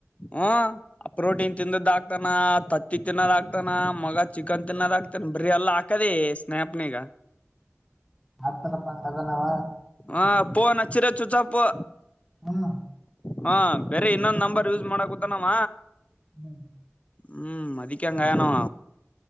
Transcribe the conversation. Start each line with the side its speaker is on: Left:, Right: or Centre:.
Left: ಹ ಆ ಪ್ರೋಟೀನ್ ತಿಂದದ್ ಆಕ್ತಾನ ತತ್ತಿ ತಿನ್ನೋದ್ ಆಕ್ತಾನ ಮಗ ಚಿಕನ್ ತಿನ್ನೋದ್ ಆಕ್ತಾನ ಬರಿ ಎಲ್ಲ ಹಾಕದಿ ಸ್ನ್ಯಪ್ನಗ
Centre: ಹತ್ತನಪ್ಪಾಂಗ ಅದನಾವ
Left: ಹಾ ಫೋನ್ ಹಚ್ರೆ ಚುಚಾಪ್ಪು.
Centre: ಹಾ
Left: ಹಾ ಬೇರೆ ಇನ್ನೊಂದ್ ನಂಬರ್ ಯೂಸ್ ಮಾಡಕುತಾನವ
Centre: ಹ್ಮ್
Left: ಹ್ಮ್ ಅದಿಕೆ ಹಂಗಾಯನವ